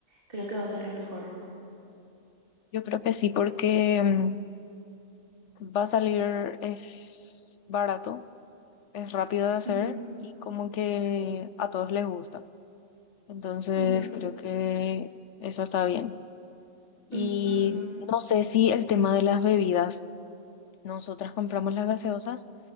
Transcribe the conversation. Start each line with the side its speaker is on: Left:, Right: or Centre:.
Right: Creo que va a ser lo mejor.
Left: Yo creo que sí, porque mm, va a salir, es barato, es rápido de hacer
Right: Ujú,
Left: y como que a todos les gusta. Entonces
Right: ujú,
Left: creo que eso está bien. Y
Right: ujú,
Left: no sé si el tema de las bebidas, nosotras compramos las gaseosas